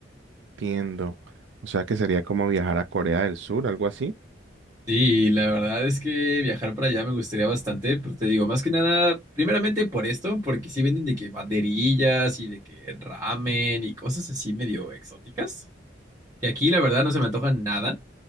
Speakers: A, on the right; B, on the right.
A: Entiendo. O sea que sería como viajar a Corea del Sur, algo así.
B: Sí, la verdad es que viajar para allá me gustaría bastante, pero te digo, más que nada, primeramente por esto, porque sí venden de que banderillas y de que ramen y cosas así medio exóticas, que aquí la verdad no se me antojan nada.